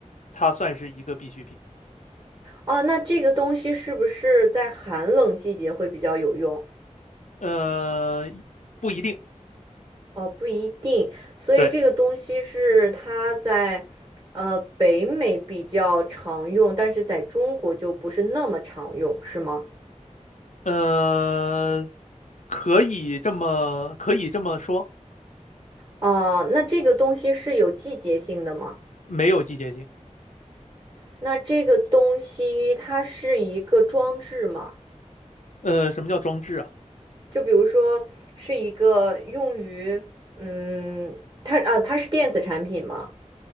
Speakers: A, on the left; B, on the right.
A: 它算是一个必需品，
B: 哦，那这个东西是不是在寒冷季节会比较有用？
A: 呃，不一定。
B: 哦，不一定，所以这个东西是它在，
A: 对。
B: 呃，北美比较常用，但是在中国就不是那么常用，是吗？
A: 呃，可以这么可以这么说，
B: 哦，那这个东西是有季节性的吗？
A: 没有季节性。
B: 那这个东西它是一个装置吗？
A: 呃，什么叫装置啊？
B: 就比如说是一个用于，嗯，它啊，它是电子产品吗？